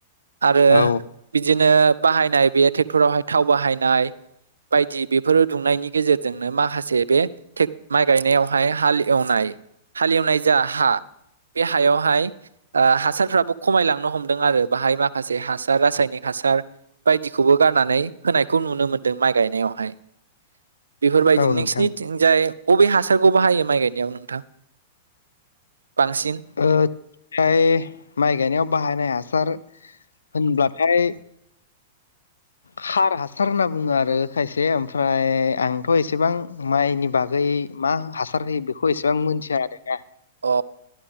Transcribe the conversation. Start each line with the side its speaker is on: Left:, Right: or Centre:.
Right: आरो
Left: औ
Right: बिदिनो बाहायनाय बे ट्रेक्टरावहाय थाव बाहायनाय बायदि बेफोर दुंनायनि गेजेरजोंनो माखासे बे थेग माइ गायनायावहाय हाल एवनाय हाल एवनाय जा हा बे हायावहाय हासारफ्राबो खमायलांनो हमदों आरो बाहाय माखासे हासार रासायनिक हासार बायदिखौबो गारनानै होनायखौ नुनो मोनदों माइ गायनायावहाय बेफोरबायदि
Left: औ
Right: नोंसिरनिथिंजाय
Left: नोंथां
Right: बबे हासारखौ बाहायो माइ गायनायाव नोंथां? बांसिन
Left: ओ फ्राय माइ गायनायाव बाहायनाय हासार होनब्लाथाय खार हासार होनना बुङो आरो खायसे ओमफ्राय आंथ' एसेबां माइनि बागै मा हासार होयो बेखौ एसेबां मिथिया आरोना ।
Right: अ